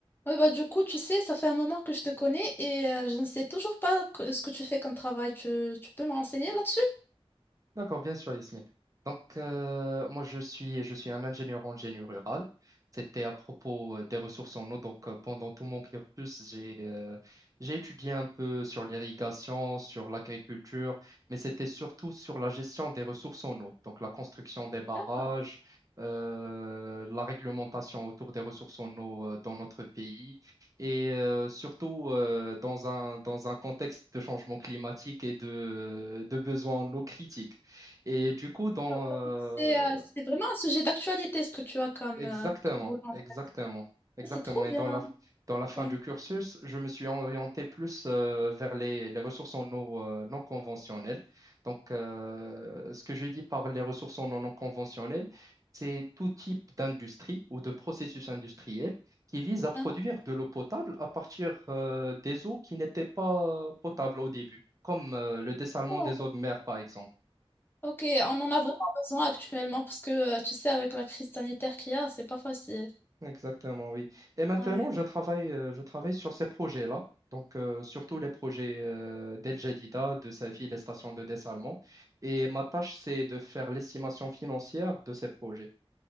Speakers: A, on the left (about 20°); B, on the right (about 35°).
A: Oui, bah, du coup, tu sais, ça fait un moment que je te connais et euh, je ne sais toujours pas que- ce que tu fais comme travail. Tu, tu peux me renseigner là-dessus?
B: D'accord, bien sûr, Yasmine. Donc, euh, moi, je suis, je suis un ingénieur en génie rural. C'était à propos euh, des ressources en eau. Donc, euh, pendant tout mon cursus, j'ai euh, j'ai étudié un peu sur l'irrigation, sur l'agriculture, mais c'était surtout sur la gestion des ressources en eau. Donc, la construction des barrages,
A: Ah,
B: euh, la réglementation autour des ressources en eau euh, dans notre pays et euh, surtout euh, dans un, dans un contexte de changement climatique et de, de besoins en eau critiques. Et du coup, dans,
A: ah,
B: euh,
A: donc, C'est euh, c'est vraiment un sujet d'actualité, ce que tu as comme,
B: exactement,
A: euh, comme boulot. en
B: exactement,
A: fait.
B: exactement.
A: C'est trop
B: Et
A: bien.
B: dans la, dans la fin
A: Ok,
B: du cursus, je me suis orienté plus euh, vers les, les ressources en eau euh, non conventionnelles. Donc, euh, ce que je dis par les ressources en eau non conventionnelles, c'est tout type d'industrie ou de processus industriel qui vise à produire
A: Mhm.
B: de l'eau potable à partir euh, des eaux qui n'étaient pas potables au début, comme euh, le dessalement
A: d'accord.
B: des eaux de mer, par exemple.
A: Ok, on en a vraiment besoin actuellement parce que, euh, tu sais, avec la crise sanitaire qu'il y a, c'est pas facile.
B: Exactement, oui. Et maintenant,
A: Ouais.
B: je travaille, euh, je travaille sur ces projets-là, donc euh, surtout les projets euh, d'El Jadida, de Safi, les stations de dessalement. Et ma tâche, c'est de faire l'estimation financière de ces projets.